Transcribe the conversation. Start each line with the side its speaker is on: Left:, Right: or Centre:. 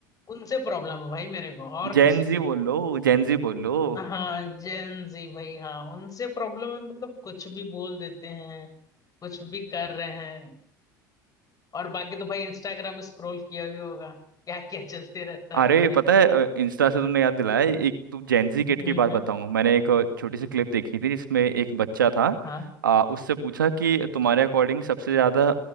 Left: उनसे प्रॉब्लम है भाई मेरे को और
Right: जेन
Left: किसी से
Right: जी
Left: नहीं
Right: बोल लो जेन जी बोल लो
Left: हाँ जेन जी भाई हाँ उनसे प्रॉब्लम है मतलब कुछ भी बोल देते हैं कुछ भी कर रहे हैं और बाकी तो भाई इंस्टाग्राम स्क्रॉल किया ही होगा क्या क्या चलते रहता
Right: अरे
Left: है उधर
Right: पता है इंस्टा से तुमने याद दिलाया एक तुम जेंजी किड
Left: हम्म
Right: की बात
Left: हम्म
Right: बताऊं मैंने एक अ, छोटी सी क्लिप देखी थी जिसमें एक बच्चा था
Left: हाँ
Right: आ, उससे पूछा कि तुम्हारे अकॉर्डिंग सबसे ज्यादा